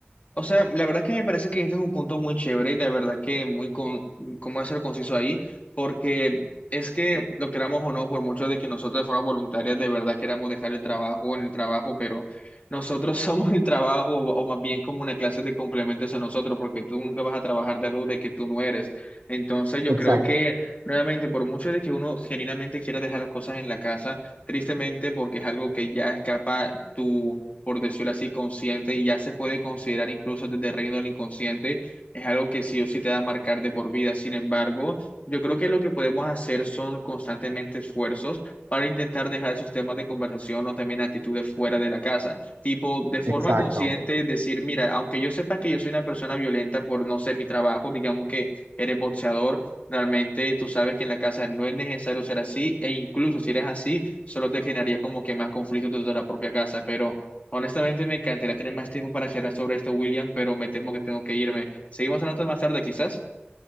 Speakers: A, on the left; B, on the right.
A: O sea, la verdad que me parece que este es un punto muy chévere y de verdad que muy con, cómo ser conciso ahí, porque es que lo queramos o no, por mucho de que nosotros de forma voluntaria de verdad queramos dejar el trabajo en el trabajo, pero nosotros <laughs> somos el trabajo o, o más bien como una clase de complementos a nosotros, porque tú nunca vas a trabajar de algo de que tú no eres. Entonces yo
B: Exacto,
A: creo que nuevamente, por mucho de que uno genuinamente quiera dejar las cosas en la casa, tristemente porque es algo que ya escapa tu por decirlo así, consciente y ya se puede considerar incluso desde el reino del inconsciente, es algo que sí o sí te va a marcar de por vida. Sin embargo, yo creo que lo que podemos hacer son constantemente esfuerzos para intentar dejar esos temas de conversación o también actitudes fuera de la casa. Tipo, de forma
B: Sí, exacto.
A: consciente
B: es-
A: decir, mira, aunque yo sepa que yo soy una persona violenta por no ser mi trabajo, digamos que eres boxeador. Realmente tú sabes que en la casa no es necesario ser así, e incluso si eres así, solo te generaría como que más conflictos dentro de la propia casa. Pero Honestamente, me encantaría tener más tiempo para charlar sobre esto, William, pero me temo que tengo que irme. Seguimos hablando más tarde, quizás.